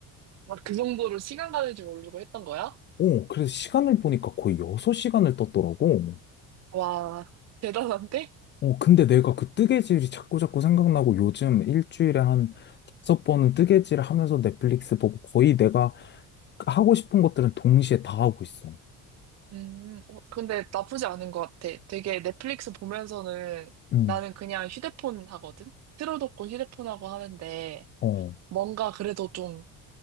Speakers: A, on the right; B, on the left.
A: 막 그 정도로 시간 가는 줄 모르고 했던 거야?
B: 어 그래서 시간을 보니까 거의 6시간을 떴더라고.
A: 와, 대단한데?
B: 어, 근데 내가 그 뜨개질이 자꾸 자꾸 생각나고 요즘 일주일에 한 다섯 번은 뜨개질을 하면서 넷플릭스 보고 거의 내가 하고 싶은 것들은 동시에 다 하고 있어.
A: 음, 어, 근데 나쁘지 않은 것 같아. 되게 넷플릭스 보면서는
B: 응.
A: 나는 그냥 휴대폰 하거든? 틀어놓고 휴대폰 하고 하는데
B: 어,
A: 뭔가 그래도 좀,